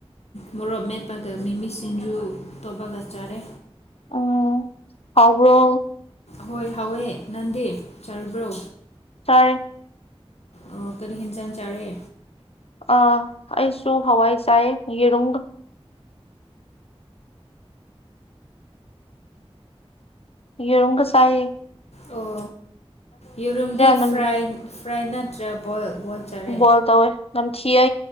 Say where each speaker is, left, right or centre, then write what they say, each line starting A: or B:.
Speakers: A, on the left; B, on the left.
A: ꯃꯣꯔꯣꯛ ꯃꯦꯠꯄꯒ ꯃꯤꯃꯤ ꯁꯤꯡꯟꯖꯨ ꯇꯣꯕꯥ ꯀꯆꯥꯔꯦ
B: ꯎꯝ ꯍꯥꯎ꯭ꯔꯣ
A: ꯍꯣꯏ ꯍꯋꯦ ꯅꯟꯗꯦꯔ ꯆꯥꯔꯕ꯭ꯔꯣ
B: ꯇꯥꯔꯦ
A: ꯑꯣ ꯀꯔꯤ ꯍꯟꯖꯥꯟ ꯆꯥꯔꯦ
B: ꯑ ꯑꯩꯁꯨ ꯍꯋꯥꯏ ꯆꯥꯏ ꯌꯦꯔꯨꯝ ꯌꯦꯔꯒ ꯁꯥꯏꯦ
A: ꯑꯣ ꯌꯦꯔꯨꯝꯗꯤ
B: ꯅꯝ
A: ꯐ꯭ꯔꯥꯏ ꯅꯠꯇ꯭ꯔꯥ ꯕꯣꯏꯜ ꯕꯣꯏꯜ ꯆꯥꯔꯦ
B: ꯣꯜ ꯇꯧ ꯑꯣꯏ ꯅ ꯊꯤꯗ